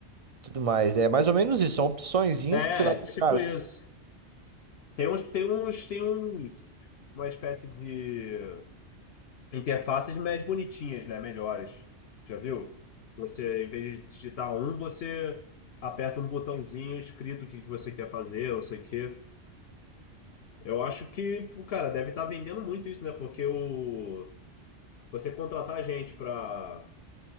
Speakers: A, on the right; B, on the left.
A: tudo mais. É mais ou menos isso, são opçõezinhas
B: É,
A: que você dá pro
B: tipo
A: cara, assim,
B: isso. Tem uns, tem uns, tem uns, uma espécie de interfaces mais bonitinhas, né? Melhores. Já viu? Que Você, em vez de digitar um, você aperta um botãozinho escrito o que que você quer fazer, não sei o quê. Eu acho que, pô, cara, deve estar vendendo muito isso, né? Porque o, você contratar gente para